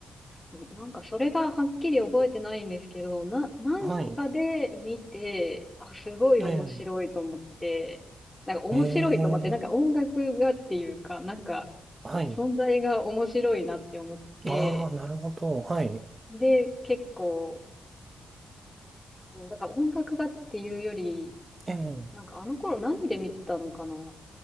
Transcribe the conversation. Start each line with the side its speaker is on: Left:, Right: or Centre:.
Left: なんかそれがはっきり覚えてないんですけど、な、なんかで見て、
Right: はい。
Left: あ、すごい面白いと思って、
Right: ええ。
Left: なんか面白いと思って、
Right: ええ。
Left: なんか音楽がっていうか、なんか
Right: はい。
Left: 存在が面白いなって思って、
Right: ああ、なるほど。はい。
Left: で、結構、うんだから音楽がっていうより、
Right: ええ、
Left: なんかあの頃何で見てたのかな